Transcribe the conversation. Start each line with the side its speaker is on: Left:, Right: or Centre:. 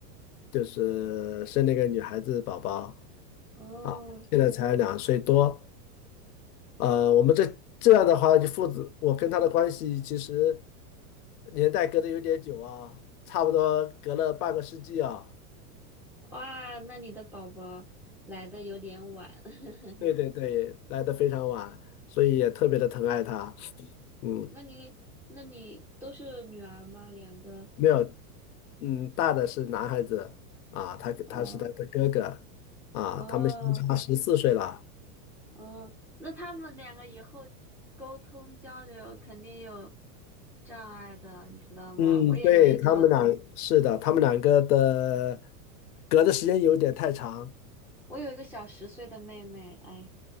Left: 就是生了一个女孩子宝宝
Centre: 哦。
Left: 啊，现在才两岁多。呃，我们这这样的话，就父子我跟他的关系其实年代隔得有点久啊，差不多隔了半个世纪啊。
Centre: 哇，那你的宝宝来的有点晚，<laughs>
Left: 对对对，来的非常晚，所以也特别的疼爱他。嗯，
Centre: 那你那你都是女儿吗？两个？
Left: 没有，嗯，大的是男孩子啊，他他是他的哥哥
Centre: 嗯
Left: 啊，
Centre: 嗯
Left: 他们相差十四岁了。
Centre: 嗯，那他们两个以后沟通交流肯定有障碍的，你知道吗？
Left: 嗯，
Centre: 我也有一个，
Left: 对，他们俩是的，他们两个的隔的时间有点太长。
Centre: 我有一个小十岁的妹妹，哎，